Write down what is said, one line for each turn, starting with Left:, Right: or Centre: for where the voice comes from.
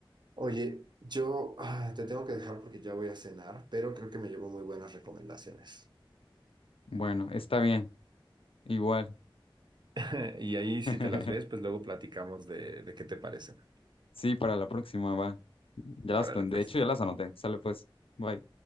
Right: Oye, yo ah, te tengo que dejar porque ya voy a cenar, pero creo que me llevo muy buenas recomendaciones.
Left: Bueno, está bien. Igual.
Right: <laughs> Y ahí si
Left: <laughs>
Right: te las ves, pues luego platicamos de, de qué te parecen.
Left: Sí, para la próxima va. Ya las,
Right: Órale,
Left: de
Right: pues.
Left: hecho, ya las anoté. Sale pues. Bye.